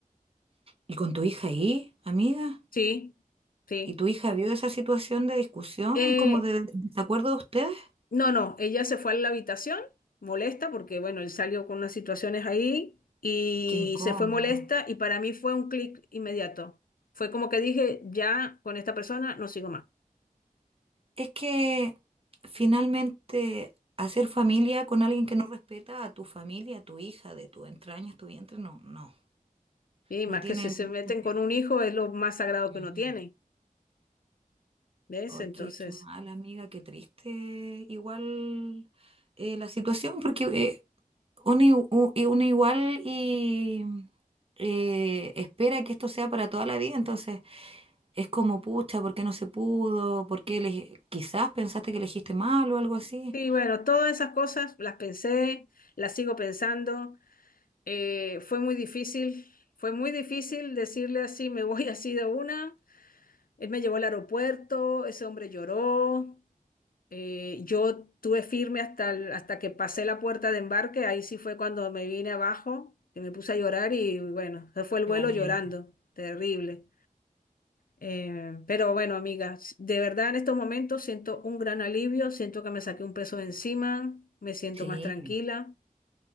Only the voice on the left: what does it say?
Sí, sí.
Eh,
No, no, ella se fue a la habitación, molesta, porque bueno, él salió con unas situaciones ahí y
se fue molesta y para mí fue un clic inmediato. Fue como que dije, ya con esta persona no sigo más.
Y
más
que si se
meten
con un hijo es lo más sagrado
que uno tiene, ¿ves?
Entonces,
sí, bueno, todas esas cosas las pensé, las sigo pensando. Eh, fue muy difícil, fue muy difícil decirle así, me voy así de una. Él me llevó al aeropuerto, ese hombre lloró. Eh, yo tuve firme hasta, el- hasta que pasé la puerta de embarque, ahí sí fue cuando me vine abajo, que me puse a llorar y bueno, se fue el
vuelo
llorando, terrible. Eh, pero bueno, amiga, s- de verdad en estos momentos siento un gran alivio, siento que me saqué un peso de encima, me siento
más tranquila.